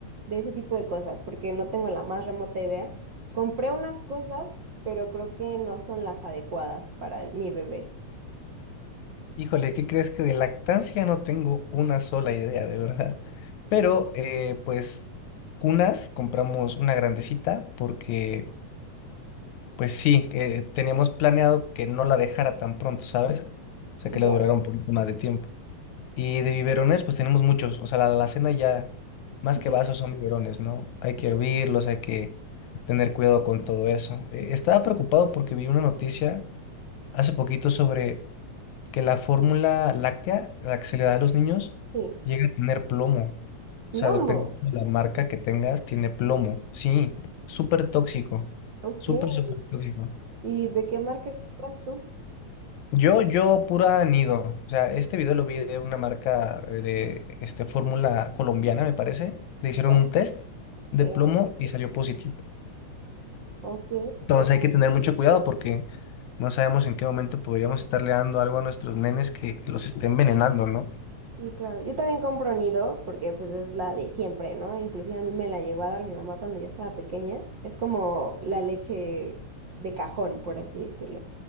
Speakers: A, on the right; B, on the left.
A: de ese tipo de cosas, porque no tengo la más remota idea. Compré unas cosas, pero creo que no son las adecuadas para el- mi bebé.
B: Híjole, ¿qué crees que de lactancia no tengo una sola idea, de verdad? Pero, eh, pues, cunas, compramos una grandecita porque, pues sí, eh, teníamos planeado que no la dejara tan pronto, ¿sabes? O sea, que le
A: Ya,
B: durara un poquito más de tiempo. Y de biberones, pues tenemos muchos. O sea, la alacena ya, más que
A: ya,
B: vasos, son biberones, ¿no? Hay que hervirlos, hay que tener cuidado con todo eso. Eh, estaba preocupado porque vi una noticia hace poquito sobre que la fórmula láctea, la que se le da a los niños,
A: sí.
B: llega a tener plomo. O sea,
A: Lomo,
B: dependiendo de la marca que tengas, tiene plomo. Sí, súper tóxico.
A: ok.
B: Súper, súper tóxico.
A: ¿Y de qué marca compras tú?
B: Yo, yo pura nido. O sea, este video lo vi de una marca de este, fórmula colombiana, me parece. Le hicieron
A: Ya,
B: un test de
A: ok.
B: plomo y salió positivo.
A: ok.
B: Entonces hay que tener mucho cuidado porque no sabemos en qué momento podríamos estarle dando algo a nuestros nenes que, que los esté envenenando, ¿no?
A: Sí, claro. Yo también compro nido porque pues es la de siempre, ¿no? Inclusive a mí me la llegó a dar mi mamá cuando yo estaba pequeña. Es como la leche de cajón, por así decirlo.